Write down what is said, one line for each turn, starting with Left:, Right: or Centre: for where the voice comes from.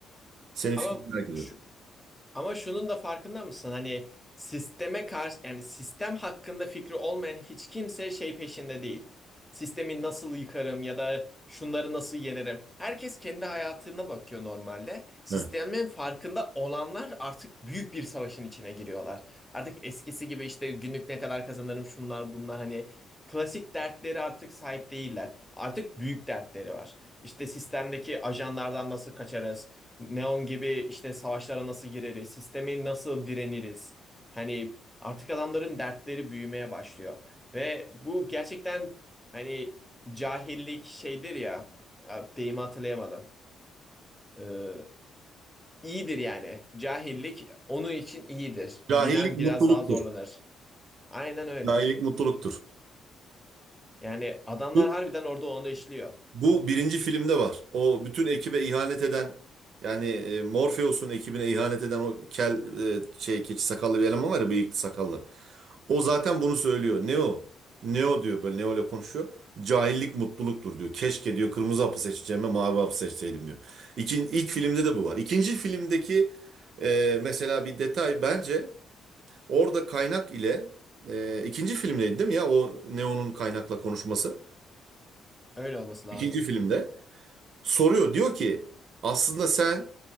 Right: Senin
Centre: Ama
Right: fikrini merak ediyorum.
Centre: şu, Ama şunun da farkında mısın? Hani sisteme karşı yani sistem hakkında fikri olmayan hiç kimse şey peşinde değil. Sistemi nasıl yıkarım ya da şunları nasıl yenerim? Herkes kendi hayatına bakıyor normalde. Sistemin
Right: Heh.
Centre: farkında olanlar artık büyük bir savaşın içine giriyorlar. Artık eskisi gibi işte günlük ne kadar kazanırım şunlar bunlar hani klasik dertleri artık sahip değiller. Artık büyük dertleri var. İşte sistemdeki ajanlardan nasıl kaçarız? Neon gibi işte savaşlara nasıl gireriz, sistemi nasıl direniriz. Hani artık adamların dertleri büyümeye başlıyor. Ve bu gerçekten hani cahillik şeydir ya, ya deyimi hatırlayamadım. Ee, iyidir yani. Cahillik onun için iyidir.
Right: Cahillik
Centre: Bilen
Right: mutluluktur.
Centre: biraz daha zorlanır. Aynen öyle.
Right: Cahillik mutluluktur.
Centre: Yani adamlar
Right: Bu,
Centre: harbiden orada onu işliyor.
Right: bu birinci filmde var. O bütün ekibe ihanet eden yani e, Morpheus'un ekibine ihanet eden o kel e, şey keçi sakallı bir eleman var ya bıyıklı sakallı. O zaten bunu söylüyor. Neo. Neo diyor böyle Neo ile konuşuyor. Cahillik mutluluktur diyor. Keşke diyor kırmızı hapı seçeceğime mavi hapı seçseydim diyor. İkin, ilk filmde de bu var. İkinci filmdeki e, mesela bir detay bence Orada kaynak ile e, ikinci filmdeydi değil mi ya o Neo'nun kaynakla konuşması?
Centre: Öyle olması lazım.
Right: İkinci filmde soruyor diyor ki aslında sen